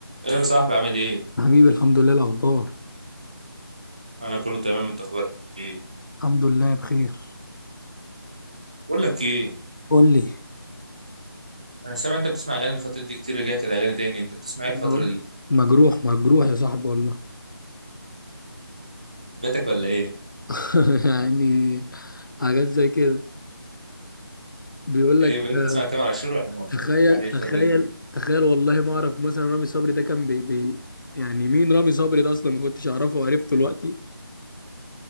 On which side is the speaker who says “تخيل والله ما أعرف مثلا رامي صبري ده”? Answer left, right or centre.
Left